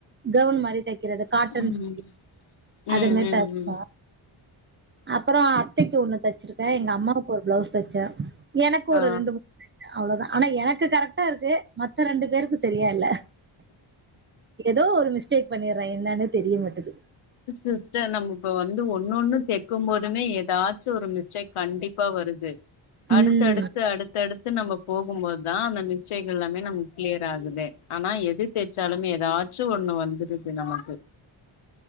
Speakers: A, on the right (about 25°); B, on the left (about 80°).
A: கவுன் மாரி தைக்கிறது காட்டன்ஸ்
B: ம் ம்
A: அது மாரி
B: ம்
A: தச்ச
B: ம்
A: அப்பறோ அத்தைக்கு ஒன்னு தச்சிருக்க எங்க அம்மாவுக்கு ஒரு ப்ளவுஸ் தச்ச எனக்கு
B: ஆ
A: ஒரு ரெண்டு மூணு தச்ச அவ்ளதா ஆனா எனக்கு கரெக்டா இருக்கு மத்த ரெண்டு பேருக்கு சரியா இல்ல ஏதோ ஒரு மிஸ்டேக் பண்ணிற என்னானே தெரிய மாட்டுது
B: சிஸ்டர் நம்ம இப்ப வந்து ஒன்னொன்னு தக்கும் போதுமே ஏதாச்சு ஒரு மிஸ் டேக் கண்டிப்பா வருது அடுத்தடுத்து
A: ம்
B: அடுத் தடுத்து நம்ம போகும்போது தா அந்த மிஸ்டேக் எல்லாமே நமக்கு க்ளியர் ஆகுது ஆனா எது தேச்சாலுமே ஏதாச்சு ஒண்ணு வந்துருது நமக்கு